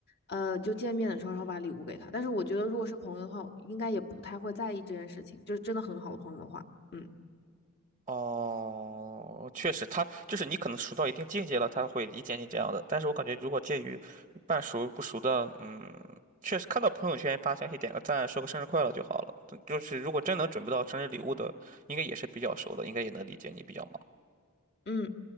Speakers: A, on the left; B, on the right.
A: 呃，就见面的时候，然后把礼物给她。但是我觉得，如果是朋友的话，应该也不太会在意这件事情，就是真的很好的朋友的话，嗯
B: 哦，确实，他就是你可能熟到一定境界了，他会理解你这样的。但是我感觉，如果介于半熟不熟的，嗯，确实看到朋友圈发消息点个赞，说个生日快乐就好了。就是如果真能准备到生日礼物的，应该也是比较熟的，应该也能理解你比较忙。
A: 嗯。